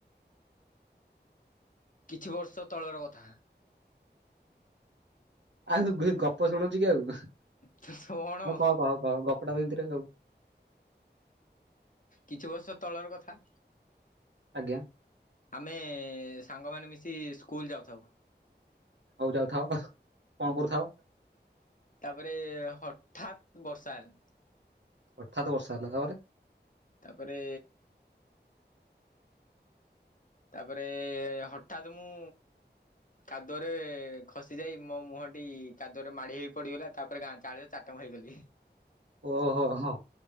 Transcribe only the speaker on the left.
କିଛି ବର୍ଷ ତଳର କଥା।
କଣ
କିଛି ବର୍ଷ ତଳର କଥା।
ଆମେ ସାଙ୍ଗମାନେ ମିଶି ସ୍କୁଲ୍ ଯାଉଥାଉ।
ତାପରେ ହଠାତ୍ ବର୍ଷା ହେଲା।
ତାପରେ ତାପରେ ହଠତ୍ ମୁଁ କାଦୁଅରେ ଖସି ଯାଇ ମୋ ମୁହଁଟି କାଦୁଅରେ ମାଡ଼ି ହେଇ ପଡିଗଲା ତାପରେ ଗାଁ ଚାଳି ଚାଟାଣ ହେଇଗଲି।